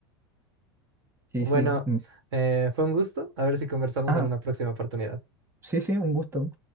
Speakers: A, on the right; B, on the right.
A: sí,
B: Bueno,
A: sí. mm.
B: eh, fue un gusto. A ver si conversamos
A: Ah,
B: en una próxima oportunidad.
A: sí, sí, un gusto.